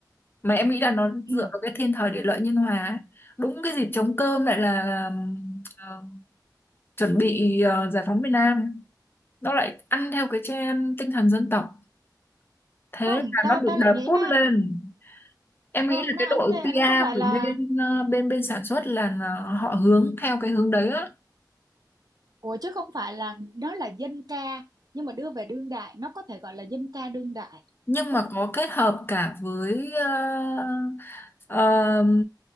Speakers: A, on the left (about 30°); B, on the right (about 55°).
A: mà em nghĩ là nó
B: ừ.
A: dựa vào cái thiên thời địa lợi nhân hòa ấy. đúng cái dịp trống cơm lại là um, ờ, chuẩn bị ờ, giải phóng miền Nam nó lại ăn theo cái trend tinh thần dân tộc thế
B: không
A: là
B: tao
A: nó được
B: tao
A: đập
B: lại nghĩ
A: bút
B: nó
A: lên Em
B: không
A: nghĩ là
B: nó
A: cái
B: ăn
A: đội
B: thế
A: PR
B: nó không phải
A: của
B: là
A: bên ờ, bên bên sản xuất là nó- họ hướng theo cái hướng đấy á.
B: ủa chứ không phải là nó là dân ca nhưng mà đưa về đương đại nó có thể gọi là dân ca đương đại
A: Nhưng
B: đúng
A: mà có kết hợp cả với ờ, ờ,